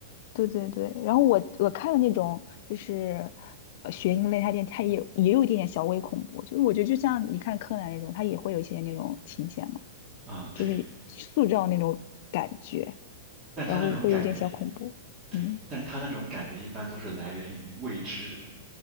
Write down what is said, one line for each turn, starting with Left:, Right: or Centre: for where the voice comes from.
Left: 对对对，然后我我看的那种就是呃学英类，它电它也有也有一点点小微恐怖，就是我觉得就像你看柯南那种，它也会有一些那种情节嘛，
Right: 嗯，对，
Left: 就是塑造那种感觉，
Right: 但他那种感觉，
Left: 然后会有点小恐怖。
Right: 对，
Left: 嗯，
Right: 但他那种感觉一般都是来源于未知。